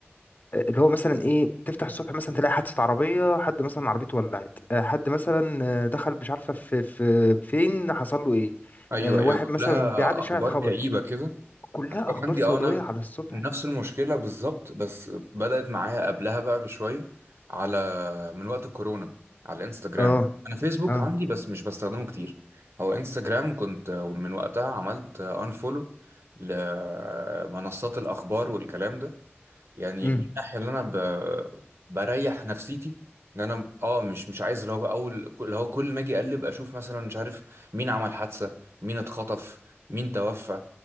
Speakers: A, on the left (about 40°); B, on the right (about 75°).
A: اللي هو مثلا إيه تفتح الصبح مثلا تلاقي حادثة عربية حد مثلا عربيته ولعت آه، حد مثلا آه، دخل مش عارفة في في فين حصل له إيه
B: ايوه
A: آه،
B: ايوه
A: واحد
B: كلها
A: مثلا بيعدي
B: اخبار
A: شارع اتخبط
B: كئيبة كده أنا
A: كلها
B: كان
A: أخبار
B: عندي
A: سوداوية
B: اه انا
A: على الصبح
B: نفس المشكله بالظبط بس بدات معايا قبلها بقى بشويه على من وقت الكورونا على انستجرام
A: اه
B: انا فيسبوك
A: اه
B: عندي بس مش بستخدمه كتير هو انستجرام كنت من وقتها عملت انفولو لمنصات الاخبار والكلام ده يعني
A: امم
B: من الناحيه اللي انا ب... بريح نفسيتي ان انا اه مش مش عايز اللي هو اول اللي هو كل ما اجي اقلب اشوف مثلا مش عارف مين عمل حادثه مين اتخطف مين توفى